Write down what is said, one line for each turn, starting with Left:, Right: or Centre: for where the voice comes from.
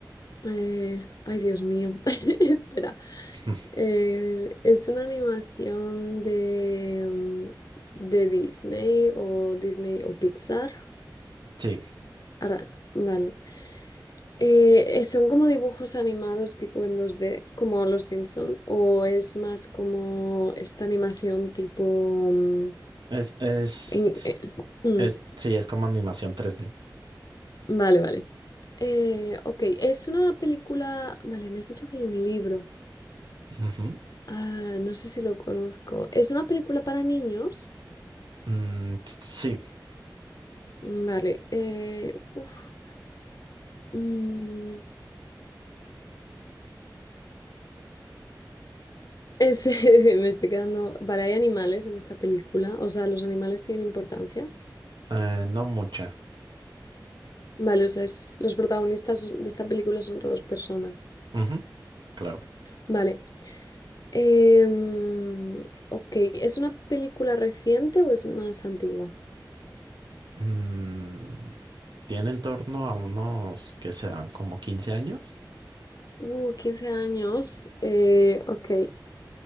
Left: Eh, ay, Dios mío. <laughs> Espera.
Right: <laughs>
Left: Eh, ¿es una animación de, mm, de Disney o Disney o Pixar?
Right: Sí,
Left: Ahora, vale. Eh, eh, ¿son como dibujos animados tipo en dos d como Los Simpson? ¿O es más como esta animación tipo... mm,
Right: es, es,
Left: en- eh, mm,
Right: es, sí, es como animación tres d
Left: vale, vale. Eh, ok, es una película... Vale, me has dicho que hay un libro.
Right: Ujú.
Left: Ah, no sé si lo conozco. ¿Es una película para niños?
Right: Mm, sí,
Left: Mm, Vale. eh, uf, mm, es- <laughs> me estoy quedando... Vale, hay animales en esta película. O sea, ¿los animales tienen importancia?
Right: eh, no mucha.
Left: Vale, o sea, es- los protagonistas de esta película son todos personas.
Right: Ujú, Claro.
Left: Vale. Em, ok, ¿es una película reciente o es más antigua?
Right: Mm, tiene en torno a unos que serán como 15 años.
Left: Uh, quince años. Eh, ok.